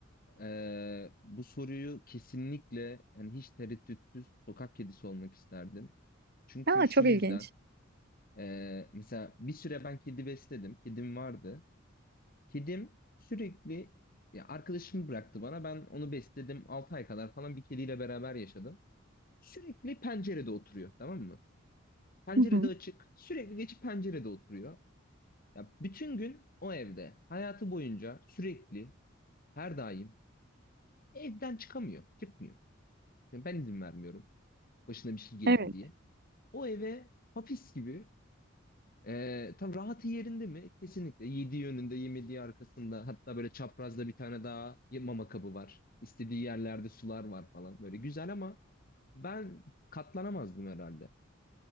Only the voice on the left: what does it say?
Ee, bu soruyu kesinlikle yani hiç tereddütsüz sokak kedisi olmak isterdim. Çünkü
şu
yüzden
ee, mesela bir süre ben kedi besledim. Kedim vardı. Kedim sürekli ya arkadaşım bıraktı bana. Ben onu besledim. altı ay kadar falan bir kediyle beraber yaşadım. Sürekli pencerede oturuyor tamam mı? Pencerede
açık. Sürekli geçip pencerede oturuyor. Ya bütün gün o evde. Hayatı boyunca sürekli Her daim evden çıkamıyor, çıkmıyor. Yani ben izin vermiyorum başına bir şey gelir
diye. O eve hapis gibi e, tam rahatı yerinde mi? Kesinlikle. Yediği yönünde, yemediği arkasında. Hatta böyle çaprazda bir tane daha mama kabı var. İstediği yerlerde sular var falan. Böyle güzel ama ben katlanamazdım herhalde.